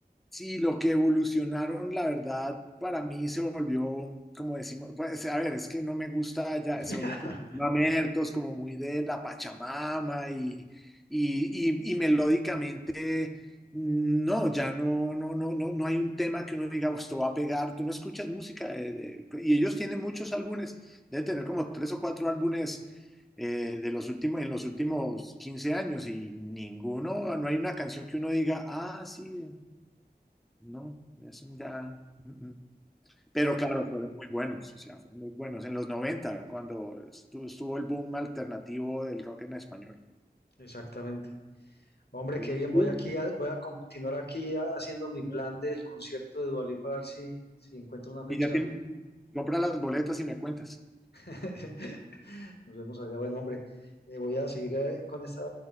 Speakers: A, in the centre; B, on the left (about 75°).
A: Sí, lo que evolucionaron, la verdad, para mí se volvió, como decimos, pues, a ver, es que no me gusta ya,
B: <laughs>
A: se volvió como muy mamertos, como muy de la Pachamama y, y, y, y melódicamente, no, ya no, no, no, no, no hay un tema que uno diga, "Oh, esto va a pegar, tú no escuchas música, de- de- y ellos tienen muchos álbumes, deben tener como tres o cuatro álbumes eh, de los últimos, en los últimos 15 años y ninguno, no hay una canción que uno diga, ah, sí. No, eso ya. mm, mm. Pero claro, fueron muy buenos, o sea, fueron muy buenos. En los 90 cuando estu- estuvo, el boom alternativo del rock en español.
B: Exactamente. Hombre,
A: Y,
B: qué bien,
A: y tú,
B: voy aquí a- voy a continuar aquí a- haciendo mi
A: eh,
B: plan del concierto de Dua Lipa, a ver si, si encuentro una fecha.
A: y ya tienes, compra las boletas y me cuentas.
B: <laughs> Nos vemos allá. Bueno, hombre, eh, voy a seguir eh, con esta,